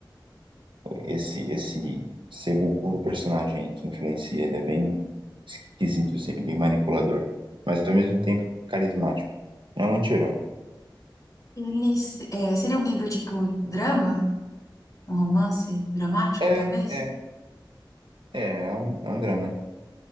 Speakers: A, on the right; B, on the left.
A: esse, esse segundo personagem aí que influencia. Ele é bem esquisito, assim, bem manipulador, mas ao mesmo tempo carismático. É um anti-herói.
B: Ele, se- é, seria um livro tipo drama? Um romance dramático,
A: É,
B: talvez?
A: é, é, é um, é um drama.